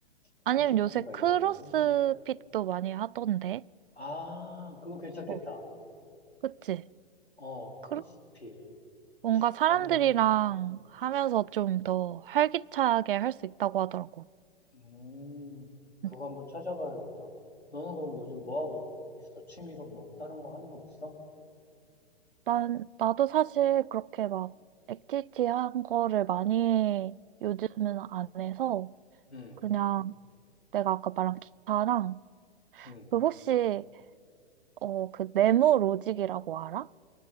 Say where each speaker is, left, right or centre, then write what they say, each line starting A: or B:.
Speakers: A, on the left; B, on the right.
A: 선택하기가
B: 아니면 요새 크로스핏도
A: 영 힘드네.
B: 많이 하던데.
A: 아, 그거 괜찮겠다.
B: 어. 그치.
A: 어, 크로스핏.
B: 크로- 뭔가 사람들이랑
A: 아니면,
B: 하면서 좀 더 활기차게 할 수 있다고 하더라고.
A: 음, 그거
B: 응.
A: 한번 찾아봐야겠다. 너는 그럼 요즘 뭐 하고 있어? 취미로 뭐 다른 거 하는 거 있어?
B: 난, 나도 사실 그렇게 막 액티비티 한 거를 많이 요즘은 안 해서
A: 응,
B: 그냥 내가 아까 말한 기타랑
A: 응.
B: 그 혹시 어 그 네모 로직이라고 알아?